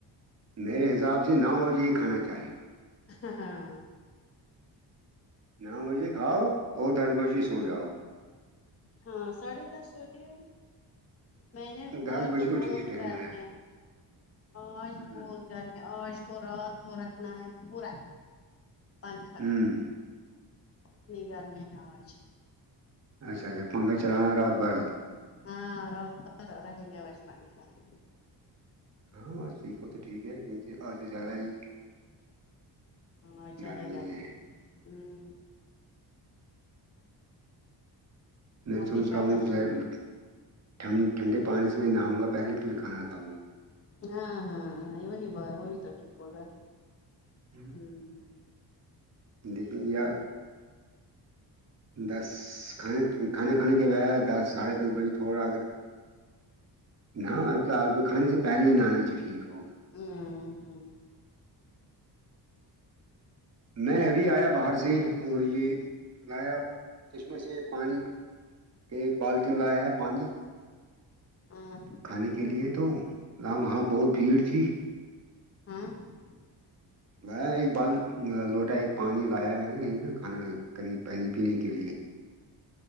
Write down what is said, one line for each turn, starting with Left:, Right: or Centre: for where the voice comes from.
Right: میرے حساب سے نو بجے ہی کھانا چاہے
Left: ہاں ہاں ہاں
Right: نو بجے کھاو اور دس بجے سو جاؤ
Left: ہاں ساڑھے دس سوتے ہیی میں نے
Right: دس
Left: آج
Right: بجے
Left: تو بہت
Right: ٹھیک ٹائم
Left: گرم
Right: ہے
Left: ہیں آج
Right: ہوں،
Left: بہت گرمی آج کو رات پورا رکھنااہ پورا پنکھا
Right: ہوں.
Left: اتنی گھر میں ہےآج
Right: اچھا اچھا پنکھا چلا رات بھر
Left: <unintelligible>
Right: ہاں ٹھیک ہے تو ٹھیک ہے کیونکہ آج زیادہ ہی
Left: آج
Right: گرمی
Left: زیادہ گرم
Right: ہے
Left: ہے
Right: میں
Left: آپ
Right: سوچ
Left: نے کیا
Right: رہا
Left: بنا
Right: ہوں ٹھنڈے پانی سے میں نہاوں گا پہلے پھر کھانا کھاوں گا
Left: ہاں ہاں ہاں وہی بات وہی تک ٹھیک ہوگا
Right: <unintelligible>
Left: ہمم
Right: لیکن یا دس کھانا کھانے کے بعد دس ساڑھے دس بجے تھوڑا اگر نا کھاںے سے پہلے ہی نہانا ٹھیک ہوگا
Left: ممم
Right: میں
Left: اور
Right: ابھی آیا باہر سے اور یہ لایا چشمہ سے پانی ایک بالٹن لایا پانی
Left: ہمم
Right: کھانے کے لیے تو نا وہاں بہت بھیڑ تھی
Left: ہاں <inaudible>
Right: میی ایک بال لوٹا ایک پانی لایا میں نے کھانا ک پانی پینے کے لیے